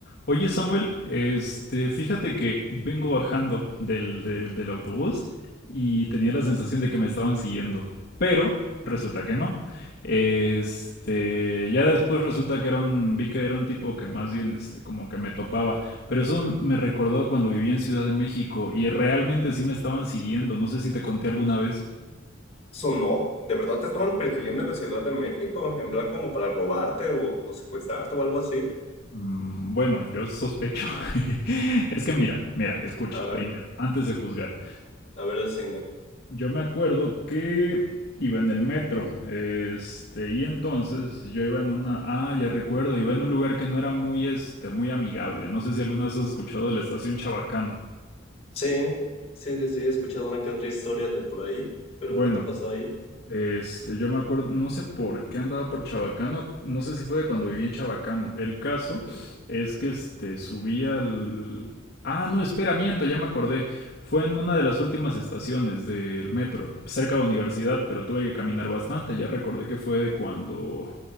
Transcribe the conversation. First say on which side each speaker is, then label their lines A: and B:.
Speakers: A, on the left (about 50°); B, on the left (about 30°).
A: Oye Samuel, este, fíjate que vengo bajando del, del, del autobús y tenía la sensación de que me estaban siguiendo, pero resulta que no. Este, ya después resulta que era un, vi que era un tipo que más bien, este, como que me topaba, pero eso me recordó a cuando vivía en Ciudad de México y realmente sí me estaban siguiendo, no sé si te conté alguna vez.
B: Sonó, ¿de verdad te estaban persiguiendo en la Ciudad de México? En plan como para robarte o, o secuestrarte o algo así.
A: Mm, Bueno, yo sospecho. <laughs> Es que mira, mira, escucha,
B: A ver,
A: primero, antes de juzgar.
B: a ver el cine.
A: Yo me acuerdo que iba en el metro, este, y entonces yo iba en una, ah, ya recuerdo, iba en un lugar que no era muy, este, muy amigable. No sé si alguna vez has escuchado de la estación Chabacano.
B: Sí, sí, sí, sí, he escuchado una que otra historia de por ahí, pero
A: Bueno,
B: ¿qué te pasó ahí?
A: Este, yo me acuerdo, no sé por qué andaba por Chabacano, no sé si fue de cuando vivía en Chabacano. El caso es que este subía al Ah, no, espera, miento, ya me acordé. Fue en una de las últimas estaciones del metro, cerca de universidad, pero tuve que caminar bastante. Ya recordé que fue de cuando